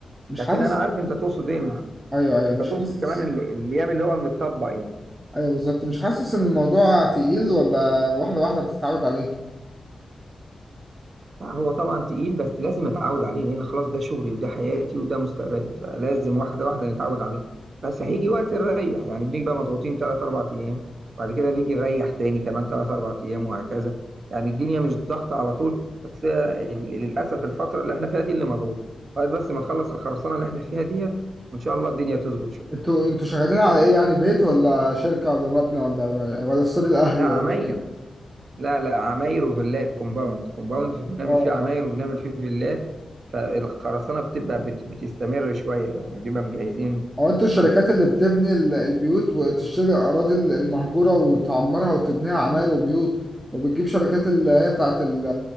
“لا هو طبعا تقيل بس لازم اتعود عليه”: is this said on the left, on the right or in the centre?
Right